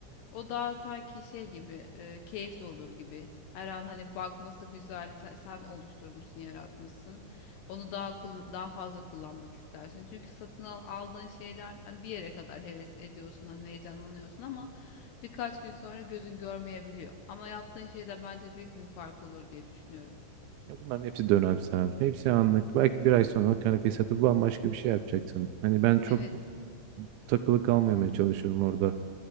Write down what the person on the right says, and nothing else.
Ya bunların hepsi dönemsel. Hepsi anlık. Belki bir ay sonra o kanepeyi satıp bambaşka bir şey yapacaksın. Hani ben çok
takılı kalmamaya çalışıyorum orada.